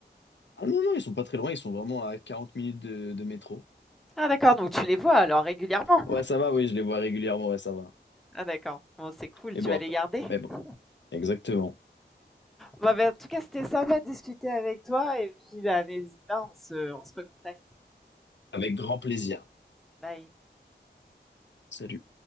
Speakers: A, on the left (about 80°); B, in the centre.
A: Ah non, non, ils sont pas très loin, ils sont vraiment à 40 minutes de, de métro.
B: Ah d'accord, donc tu les vois alors régulièrement?
A: Ouais, ça va, oui, je les vois régulièrement, ouais, ça va.
B: Ah d'accord. Bon, c'est cool,
A: Mais
B: tu
A: bon,
B: vas
A: après.
B: les garder?
A: Mais bon,
B: <laughs>
A: exactement.
B: Bah, beh, en tout cas, c'était sympa de discuter avec toi et puis, bah, n'hésite pas, on se on se recontacte.
A: Avec grand plaisir.
B: Bye.
A: Salut.